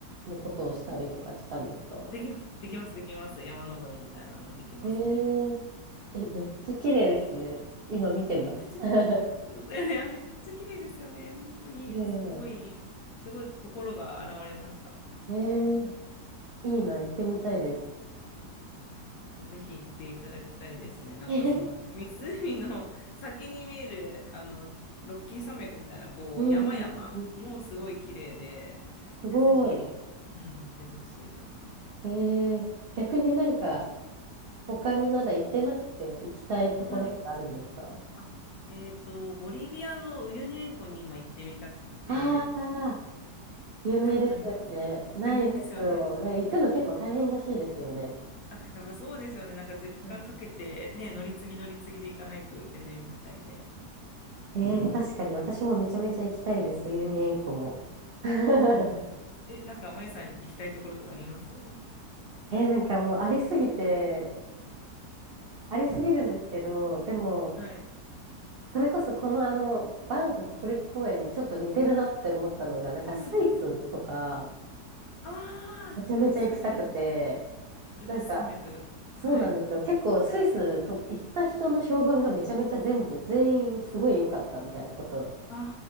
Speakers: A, on the right; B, on the left.
A: のことをしたりとかしたんですか
B: でき、できます、できます。山登りみたいなのもできますね。
A: ええ、え、めっちゃ綺麗ですね。今見てます。
B: いや、めっちゃ綺麗です。
A: <laughs>
B: <laughs> いや、めっちゃ綺麗ですよね。本当に、
A: 綺麗。
B: すごい、すごい心が洗われました。
A: <laughs> えいいな、行ってみたいです。
B: いや、本当ぜひ行っていただきたいですね。なんかその湖の先に見える、
A: <laughs>
B: あの、ロッキー山脈みたいな、こう、
A: うんん、
B: 山々もすごい綺麗で、
A: うんうんすごい。
B: いや、ぜひ、うん、行ってほしいな。
A: えー、逆になんか、他にまだ行ってなくて行きたいところとかあるんですか
B: はい。あ、えっと、ボリビアのウユニ塩湖に今行ってみたくて、
A: ああ
B: 行ったことありますあ、
A: ー、有名ですよね。ないんですよ。
B: 有名ですよね。
A: ね、行くの結構大変らしいですよね。
B: あ、やっぱそうですよね。なんか時間かけてね、
A: うん
B: 乗り継ぎ乗り継ぎで行かないといけないみたいで。
A: えー、確かに私もめちゃめちゃ行きたいです。ウユニ塩湖も。<laughs>
B: うんうん。え、なんか、まゆさん行きたいところとかあります <laughs>
A: えー、なんかもうありすぎて、ありすぎるんですけど、でも、
B: はい。
A: それこそこのあの、バンフ国立公園にちょっと似てるなって思ったのが、なんかスイスとか、
B: おう、ああー、
A: めちゃめちゃ行きたくて、
B: 確かに。アルプス山脈。
A: なんか、そうなんですよ。
B: はい。
A: 結構スイスと行った人の評判がめちゃめちゃ全部、全員すごい良かったみたいなこと
B: あ